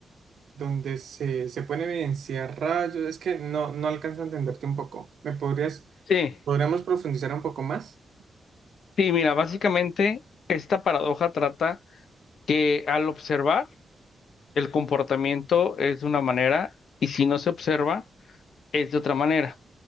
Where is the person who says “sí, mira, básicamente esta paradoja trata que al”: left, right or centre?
Left